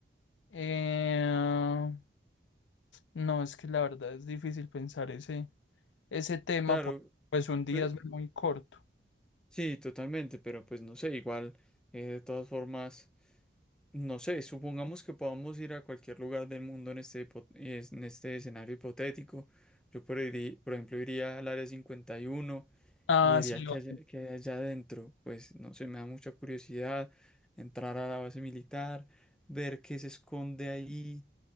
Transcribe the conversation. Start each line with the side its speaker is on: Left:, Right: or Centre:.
Left: Eh, no, es que la verdad es difícil pensar ese. ese tema
Centre: Claro,
Left: porque pues un día
Centre: pues,
Left: es muy corto.
Centre: sí, totalmente, pero pues no sé, igual, eh, de todas formas, no sé, supongamos que podamos ir a cualquier lugar del mundo en este, hipo- es- en este escenario hipotético. Yo por, irí- por ejemplo iría al área 51
Left: Ah,
Centre: y vería
Left: sí,
Centre: que
Left: lo-
Centre: hay que hay allá adentro. Pues no sé, me da mucha curiosidad entrar a la base militar, ver qué se esconde ahí,